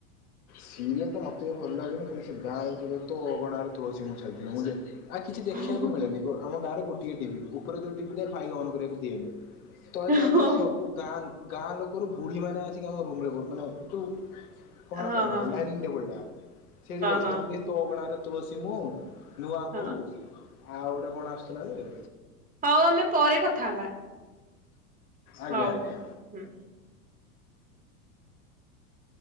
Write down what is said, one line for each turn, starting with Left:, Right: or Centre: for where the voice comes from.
Left: ସିରିଏଲ୍ ତ ମତେ ବି ଭଲ ଲାଗେନି, ଖାଲି ସେ ଗାଁରେ ତୋ ଅଗଣାର ତୁଳସୀ ମୁଁ ଚାଲିଥିବ। ମୁଁ ଦେ ଆଉ କିଛି ଦେଖିବାକୁ
Right: ହଁ
Left: ମିଳେନି, ଆମ ଗାଁରେ ଗୋଟିଏ ଟିଭି। ଉପରେ ଯେଉଁ ଟିଭି ଟା ଭାଇ ଅନ୍ କରିବାକୁ ଦିଏନି। ତଳେ ଚାଲିଥିଲା
Right: ହଁ
Left: ସବୁ। ଗାଁ, ଗାଁ ଲୋକରୁ ବୁଢ଼ୀ ମାନେ ଆସିକି ଆମ ରୁମ୍ ରେ ବଉ ମାନେ ଯୋଉ କଣ?
Right: ହଁ
Left: ଲଂ
Right: ହଁ
Left: ଡାଇନିଂ ଟେବୁଲ୍ ଟା, ସେଇଟି ବସିଥାନ୍ତି
Right: ହଁ
Left: ତୋ ଅଗଣାର ତୁଳସୀ ମୁଁ ନୂଆ ବୋଉ,
Right: ହଁ।
Left: ଆଉ ଗୋଟେ କଣ ଆସୁଥିଲା ଯେ?
Right: ହଉ ଆମେ ପରେ କଥା ହବା
Left: ଆଜ୍ଞା
Right: ହଉ
Left: ଆଜ୍ଞା।
Right: ହଉ ହୁଁ।